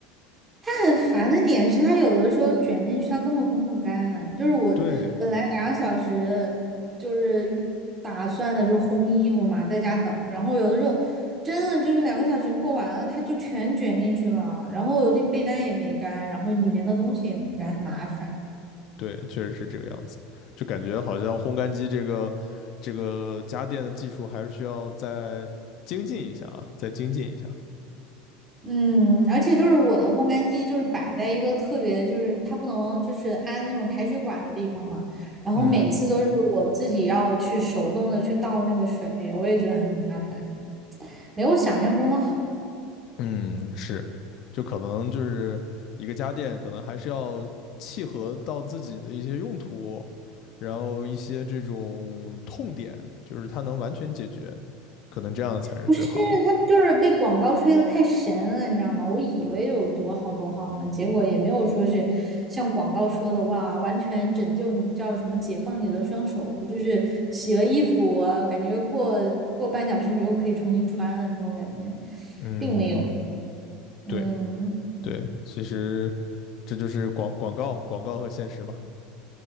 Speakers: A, on the right; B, on the left.
A: 它很烦的点是，它有的时候卷进去，它根本烘不干啊。就是我本来两个小时就是预打算的，
B: <laughs> 对
A: 就是烘衣服嘛，在家等。然后有的时候真的就是两个小时过完了，它就全卷进去了。然后那被单也没干，然后里面的东西也没干，很麻烦。
B: 对，确实是这个样子，就感觉好像烘干机这个这个家电的技术还是需要再精进一下啊，再精进一下。
A: 嗯，而且就是我的烘干机就是摆在一个特别，就是它不能就是安那种排水管的地方嘛，然后每次都是我自己要去手动的去倒那个水，
B: 嗯。
A: 我也觉得很麻烦。没有想象中的好。
B: 嗯，是，就可能就是一个家电，可能还是要契合到自己的一些用途，然后一些这种痛点，就是它能完全解决，可能这样才是最好的
A: 不是，他就是被广告吹得太神了，你知道吗？我以为有多好多好呢，结果也没有说是像广告说的哇，完全拯救你，叫什么解放你的双手，就是洗了衣服，啊感觉过过半小时你又可以重新穿了这种感觉，
B: 嗯，
A: 并没有。嗯，
B: 对对，其实这就是广广告广告和现实嘛。